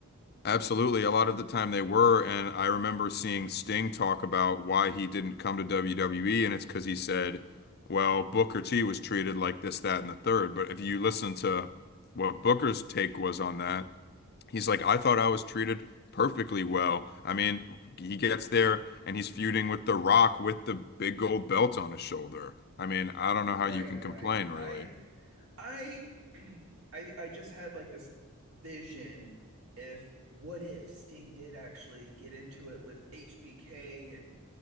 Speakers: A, on the left; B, on the right.
A: Absolutely. A lot of the time they were. And I remember seeing Sting talk about why he didn't come to WWE. And it's because he said, well, Booker T was treated like this, that, and the third. But if you listen to what Booker's take was on that, He's like, I thought I was treated perfectly well. I mean, he gets there and he's feuding with The Rock with the big gold belt on his shoulder. I mean, I don't know
B: Right,
A: how you can
B: right.
A: complain, really.
B: I I <clears throat> I I just had like this vision if what if Sting did actually get into it with HBK and